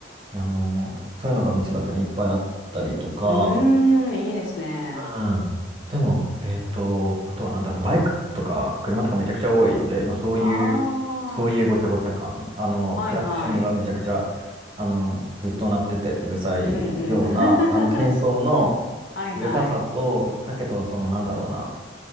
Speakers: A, on the right (about 30°); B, on the left (about 85°).
A: あのーそういうのが道端にいっぱいあったりとか、
B: うーん、いいですね。
A: うん。でも、えっと、あとはなんだろう、バイクとか車とかめちゃくちゃ多いので、まあそういう、
B: あ
A: そういうごちゃごちゃ感、あの、
B: あ、はいはい。
A: クラクションがめちゃくちゃ、あの、ずっと鳴っててうるさいような、
B: うんうん。<laughs>
A: あの、喧騒の
B: はいはい。
A: うるささと、だけど、そのなんだろうな、